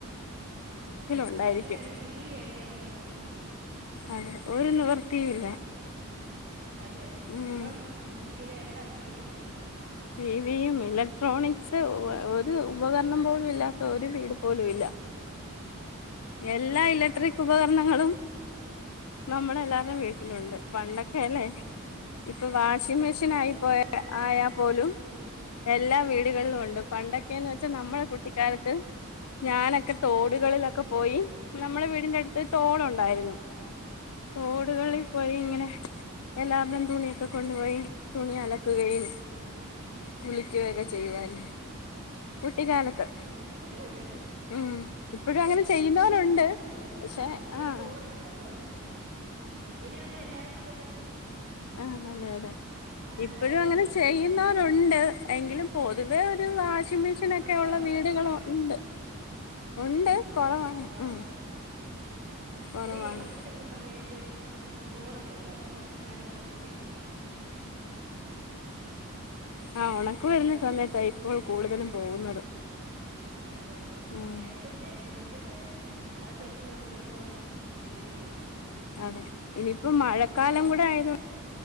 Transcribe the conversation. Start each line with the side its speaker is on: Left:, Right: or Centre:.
Right: അതന്നെ
Left: ഉണ്ടായിരിക്കും
Right: പണ്ടൊക്കെ ഒരു ടി വി വെടിക്കാൻ നമ്മള് നോക്കിയിരിക്
Left: അതെ ഒരു നിവർത്തിയുമില്ല
Right: അതന്നെ
Left: ഉം
Right: ഇപ്പം കിന്നെ എവിടാ ടിവി ഇല്ലാത്തെ
Left: ടീ വി യും ഇലക്ട്രോണിക്സ് ഒരു ഉപകരണം പോലും ഇല്ലാത്ത ഒരു വീടും പോലുല്ല എല്ലാ ഇലക്ട്രിക്
Right: ആഹ് അതെ
Left: ഉപകരണങ്ങളും നമ്മടെ എല്ലാരുടെ വീട് ലുണ്ട് പണ്ടൊക്കെ അല്ലേ ഇപ്പൊ വാഷിംഗ മെഷീൻ
Right: അതെ
Left: ആയിപ്പോയ
Right: അതെ ഇപ്പൊ എവിടാ
Left: ആയാൽ
Right: ഇല്ലാത്തെ
Left: പോലും എല്ലാ വീടുകളിലും ഉണ്ട് പണ്ടക്കെന്ന്- വച്ച് നമ്മടെ കുട്ടിക്കാലത്ത് ഞാനൊക്കെ തോടുകളിലൊക്കെ പോയി നമ്മുടെ വീടിന്റെ അടുത്ത് തോടുണ്ടായിരുന്നു തോടുകളിൽ
Right: ആഹാ
Left: പോയി ഇങ്ങനെ എല്ലാവരുടെ തുണിയൊക്കെ കൊണ്ടുപോയി തുണി അലക്കുകയും കുളിക്കുകയൊക്കെ ചെയ്യുവായിരുന്നു കുട്ടിക്കാലത്ത്
Right: ആഹ് ഇപ്പഴുമുണ്ട്
Left: ഉം ഇപ്പോഴും
Right: ഇപ്പഴും
Left: അങ്ങനെ ചെയ്യുന്നവരുണ്ട്
Right: കുറേ എവിടെയൊക്കെ ഉണ്ട്
Left: പക്ഷെ
Right: ആഹ് എന്നാലും ഇവിടെ
Left: ആഹ്
Right: തൊടുണ്ട് അപ്പം കുഞ്ഞിലാവുമ്പോ എല്ലാരും കൂട് ഇപ്പൊരു
Left: ആ അതെ അതെ
Right: പിള്ളാരും
Left: ഇപ്പോഴും അങ്ങനെ
Right: വലിയവരും
Left: ചെയ്യുന്നവരുണ്ട്
Right: എല്ലാം കൂടെ
Left: എങ്കിലും പൊ തുവേ ഒ- രു വാഷിംഗ് മെഷിനൊക്കെ
Right: ആ കൊറവാ
Left: ഉള്ള വീടുകൾ
Right: കൊറവാ
Left: ഉണ്ട് ഉണ്ട്
Right: ആ
Left: കുറവാ
Right: അതന്നെ കൊറവാ
Left: ഉം കൊറവാണ്
Right: ഇവിടെ ഈ ഉണക്ക് വരുന്ന സമയത്ത് തോടുണ്ടല്ലോ അപ്പം എല്ലാരും കൂടെ തോട്ടി പോവും
Left: ആ ഉണക്ക്
Right: അതെ
Left: വരുന്ന
Right: അതെ
Left: സമയത്ത് ആ ഇപ്പോൾ കൂടുതലും പോകുന്നത്
Right: അതെ അതെ
Left: ഉം
Right: നേരത്തത്തെ കുഞ്ഞിലത്തെ അതൊക്കെ വെച്ച് നോക്കുമ്പ ഇപ്പം ഒരിതേ ഇല്ല
Left: അതെ ഇനിയിപ്പോ മഴക്കാലം
Right: ആ
Left: കൂടെ ആയത് കൊ